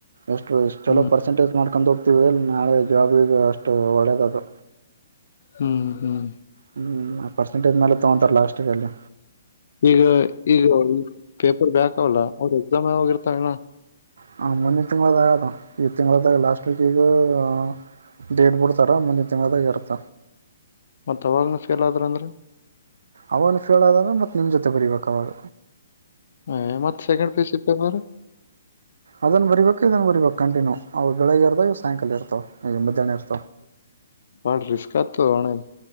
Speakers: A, on the right (about 75°); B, on the left (about 50°).
A: ಎಷ್ಟುಷ್ಟ ಚಲೋ
B: ಹ್ಮ್
A: ಪರ್ಸೆಟೇಜ್ ಮಾಡ್ ಕಕೊಂಡ ಹೋಗ್ತೀವಿ ನಾಳೆ ಜಾಬ್ ಇದು ಅಷ್ಟು ಒಳ್ಳೇದದು
B: ಹ್ಮ್ ಹ್ಮ್
A: ಹ್ಮ್ ಆ ಪರ್ಸೆಂಟೇಜ್ ಮೇಲೆ ತಗೊಂತಾರ ಲಾಸ್ಟ್ಗೆ ಅಲ್ಲಿ
B: ಈಗ ಈಗ ಪೇಪರ್ ಬ್ಯಾಕ್ವಲ್ಲ ಅವ್ರ ಎಕ್ಸಾಮ್ ಯಾವೋಗಿರ್ತಾವನ
A: ಹ ಮನ್ನ ತಿುಂಗಾಗದ ಈ ತಿಂಗ್ಳದಾಗ ಲಾಸ್ಟ್ ವೀಕ್ ಗ <unintelligible> ಬಿಡ್ತಾರ ಮುಂದಿನ ತಿಂಗ್ಳದಾಗ್ ಇರುತ.
B: ಮತ್ ಅವಾಗ್ನು ಫೇಲ್ ಆದ್ರೂ ಅಂದ್ರೆ.
A: ಅವಗ್ನು ಫೇಲ್ ಅದಾಗ ಮತ್ ನಿಮ್ ಜೊತೆ ಬರಿಬೇಕ್ ಅವಾಗ.
B: ಎ ಮತ್ second P U C paper.
A: ಅದನ್ ಬರಿಬೇಕು ಇದನ್ ಬರಿಬೇಕು ಕಂಟಿನ್ಯೂ ಅವು ಬೆಳಗ್ ಇರ್ತಾವ ಇ ಸಾಯಂಕಾಲ ಇರ್ತಾವ ಎ ಮದ್ಯಾಹ್ನ ಇರ್ತ-
B: ಬಾಳ್ ರಿಸ್ಕ ಆತೊ ಅಣಯ್